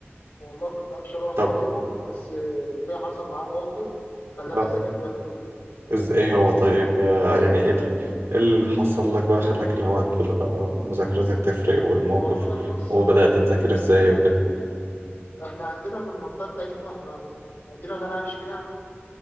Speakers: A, on the left; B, on the right.
A: والله كنت افشل واحد
B: طب
A: فيهم بس في حصل معايا موقف خلاني
B: اه
A: اذاكر جامد وكده
B: إز- ايه هو طيب آه يعني ايه ال- إيه اللي حصل لك بقى خلاك اللي هو تبقى مذاكرتك تفرق والموقف
A: والله بص
B: وبدأت تذاكر ازاي وكده
A: احنا عندنا في المنطقه بتاعتنا احنا في المدينه اللي انا عايش فيها